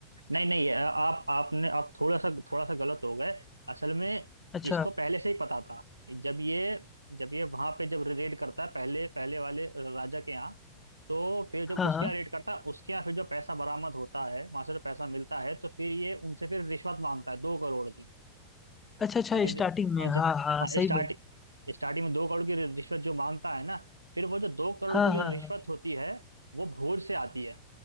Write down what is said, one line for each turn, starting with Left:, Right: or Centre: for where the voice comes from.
Right: नहीं नहीं ये आप आपने आप थोड़ा सा थोड़ा सा गलत हो गए असल में
Left: अच्छा
Right: इसको पहले से ही पता था जब ये जब ये वहां पे जब रेड करता है पहले पहले वाले राजा के यहाँ तो फिर जब
Left: हाँ
Right: उसके
Left: हाँ
Right: यहाँ रेड करता है उसके यहाँ फिर जो पैसा बरामद होता है वहां से जो पैसा मिलता है तो फिर ये उनसे फिर रिश्वत मांगता है दो करोड़ की
Left: अच्छा अच्छा
Right: अजय दे-
Left: स्टार्टिंग में
Right: अजय
Left: हाँ हाँ
Right: हाँ
Left: सही
Right: स्टार्ट
Left: बोली
Right: स्टार्टिंग में दो करोड़ की रिश्वत जो मांगता है ना फिर वो जो दो करोड़
Left: हाँ
Right: की जो
Left: हाँ
Right: रिश्वत
Left: हाँ
Right: होती है वो भोज से आती है